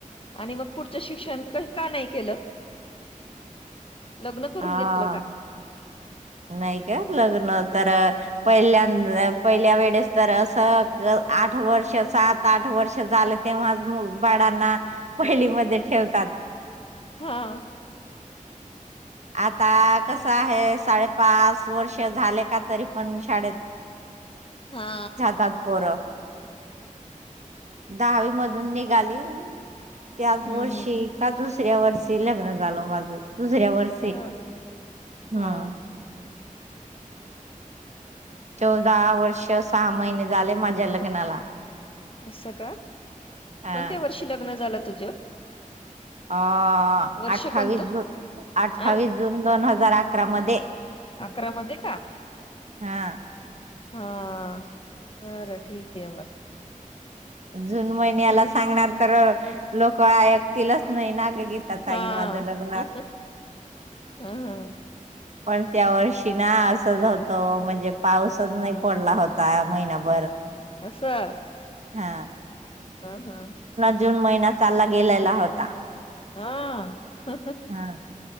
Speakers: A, on the left (about 40°); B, on the right (about 55°).
A: आणि मग पुढचं शिक्षण का नाही केलं. लग्न करून
B: हा
A: घेतलं का?
B: नाही का लग्न तर पहिल्यांद, पहिल्या वेळेस तर असं आठ वर्ष सात. आठ वर्ष झालं तेव्हा बाळांना पहिलीमध्ये ठेवतात.
A: हां.
B: आता कसं आहे साडे. पाच वर्ष झाले का तरी पण शाळेत.
A: हा
B: जातात पोरं. दहावी मधून निघाली. त्याच
A: हम्म
B: वर्षी, का दुसऱ्या वर्षी लग्न झाल माझ, दुसऱ्या वर्षी
A: ह
B: हम्म
A: हा.
B: चौदा वर्ष, सहा महिने झाले माझ्या लग्नाला.
A: असं का?
B: हा
A: कोणत्या वर्षी लग्न झालं तुझं?
B: अ
A: वर्ष
B: अठ्ठावीस,
A: कोणतं
B: अठ्ठावीस
A: अ
B: जून दोन हजार अकरा मध्ये
A: अकरा मधे का?
B: हा
A: हा, बर ठीक आहे बर.
B: जून महिन्याला सांगणार तर, लोकं ऐकतीलच नाही ना ग, गी. त्या ताई
A: हा
B: माझं लग्णार.
A: ह ह
B: पण त्या वर्षी ना असंच होतं म्हणजे पाऊसच नाही पडला होता महिना्याभर
A: अससां.
B: हा.
A: हा हा.
B: जून महिना चालला गेलेला होता.
A: हा,
B: हा